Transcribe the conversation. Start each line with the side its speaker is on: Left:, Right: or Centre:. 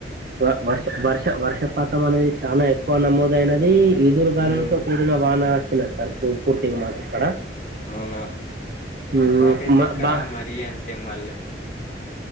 Right: వ వర్ష వర్ష వర్షపాతం అనేది చానా ఎక్కువ నమోదైనది ఈదురు గాలులతో
Left: మ్మ్
Right: కూడిన వాన వచ్చినాది సార్ పూర్తిగా మాకు ఇక్కడ
Left: అవునా
Right: మ్మ్,
Left: మాకైతే
Right: మా
Left: ఇక్కడ
Right: బా
Left: మరీ అంతే బల్లె